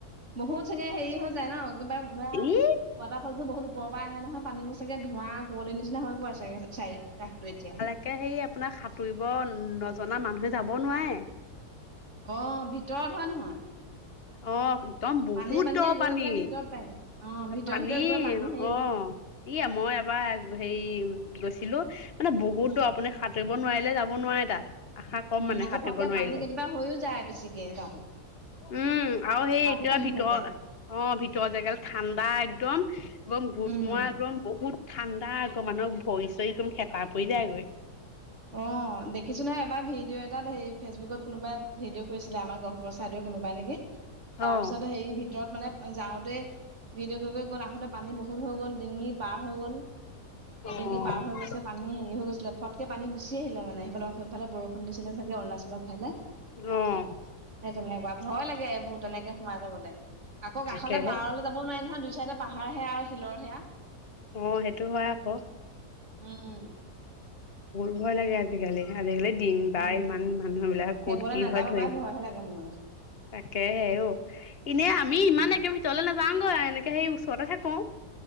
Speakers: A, on the right (about 45°); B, on the left (about 45°).
A: বহুত চাগে হেৰি হৈ যায় ন', কিবা
B: ই
A: ৱাটাৰ ফলটো বহুত ওপৰ পৰা আহে নহয়, পানীবোৰ চাগে ধোঁৱা, কুঁৱলিৰ নিচিনা হৈ পৰে চাগে, চাই কষটো এতিয়া?
B: তাকে হেৰি আপোনাৰ, সাঁতুৰিব নজনা মানুহে যাব নোৱাৰে।
A: অঁ', ভিতৰত হয় নহয়?
B: অঁ একদম বহুত
A: পানীয়ে পানীয়ে
B: দ'
A: গৈ
B: পানী,
A: পেলাই ভিতৰত পায়গে অ ভিতৰে
B: পানী
A: ভিতৰে গৈ হেৰি
B: অঁ'। ই, মই এবাৰ, হেৰি গৈছিলো, মানে বহুত
A: উম
B: দ' আপুনি সা সাতুৰিব নোৱাৰিলে যাব নোৱাৰে তাত। আশা কম
A: উম,
B: মানে
A: আকৌ
B: সাঁতুৰিব
A: ফতকে
B: নোৱাৰিলে
A: পানী কেতিয়াবা হৈয়ও যায়, বেছিকে তাতো।
B: উম আৰু সেই
A: তাতো
B: এতিয়া,
A: পানী
B: ভিতৰ,
A: হৈ যায়
B: অ', ভিতৰ জেগালে ঠাণ্ডা একদম। একদম ভূত
A: উম
B: মৰা, একদম বহুত ঠাণ্ডা আকৌ মানুহৰ ভৰি চৰি একদম হেতা পৰি যায়গৈ।
A: অঁ দেখিছো নহয় এবাৰ, ভিডিঅ' এটাত হেৰি, ফেচবুকত কোনোবাই ভিডিঅ' কৰিছিলে, আমাৰ গহপুৰৰ চাইদে কোনোবা নেকি, তাৰপিছত
B: অ
A: হেৰি ভিতৰত মানে যাওঁ তে, ভিজিঅ' কৰি কৰি গ'ল, আহোতে পানী বহুত হৈ গ'ল, ডিঙি পাৰ হৈ গ'ল। এডিঙি
B: অ
A: পাৰ হৈ গৈছে পানী হেৰি হৈ গৈছিলে, ফটকে পানী গুচি আহিলে মানে, সেইফালে, সেইফালে বৰষুণ দিছিলে চাগে অৰুণাচলৰ ফালে।
B: অঁ'।
A: হে তেনেকুৱা, ভয় লাগে এইবোৰ তেনেকে সোমাই যাবলে, আকৌ
B: তাকেহে
A: কাষলে বাৰল যাব নোৱাৰে নহয়, দুই চাইডে পাহাৰ হে আ, শিলৰহে আ।
B: অঁ সেইটো হয় আকৌ।
A: উম।
B: বহুত ভয় লাগে আজিকালি, আজিকালি দিন,
A: উম
B: বাৰ, ইমান মানুহ বিলাক,
A: সেইবোৰলে
B: ক'ত কি
A: নাযাব
B: হয়, ধৰি
A: পাই <unintelligible>
B: তাকে হে, ঔ', এনে আমি
A: উম
B: ইমান একে ভিতৰলে নাযাওগৈ এনেকে সেই ওচৰতে থাকোঁ।